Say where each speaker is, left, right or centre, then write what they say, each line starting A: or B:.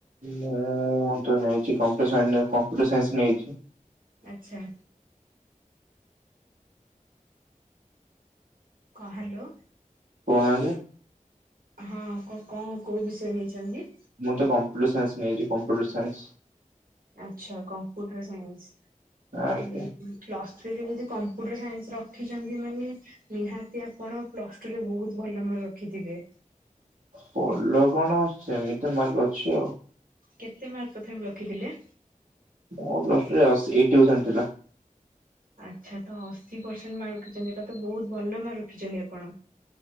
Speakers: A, on the right; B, on the right.
A: ନା ମୁଁ ତ ନେଇଛି କମ୍ପୁଟର ସାଇନ୍ସ, କମ୍ପୁଟର ସାଇନ୍ସ ନେଇଛି।
B: ଆଚ୍ଛା। କ ହ୍ୟାଲୋ।
A: କହୁ ନାହାନ୍ତି?
B: ହଁ କ କଁ କୋଉ ବିଷୟ ନେଇଛନ୍ତି?
A: ମୁଁ ତ କମ୍ପୁଟର ସାଇନ୍ସ ନେଇଛି କମ୍ପ୍ୟୁଟର ସାଇନ୍ସ।
B: ଆଛା କମ୍ପ୍ୟୁଟର ସାଇନ୍ସ।
A: ଆଜ୍ଞା।
B: ପ୍ଲସ୍ ଥ୍ରୀ ରେ ଯଦି କମ୍ପ୍ୟୁଟର ସାଇନ୍ସରେ ରଖିଛନ୍ତି ମାନେ ନିହାତି ଆପଣ ପ୍ଲସ୍ ଟୁରେ ବହୁତ ଭଲ ମାର୍କ ରଖିଥିବେ?
A: ଭଲ କଣ ସେମିତି ମାର୍କ ଅଛି ଆଉ।
B: କେତେ ମାର୍କ ତଥାପି ରଖିଥିଲେ?
A: ମୋର ପ୍ଲସ ଟୁ ରେ ଅଶି ଏଇଟି ପରସେଣ୍ଟ ଥିଲା।
B: ଆଚ୍ଛା ତ ଅଶୀ ପରସେଣ୍ଟ ମାର୍କ ରଖିଛନ୍ତି ଏଟା ତ ବହୁତ ଭଲ ମାର୍କ ରଖିଛନ୍ତି ଆପଣ।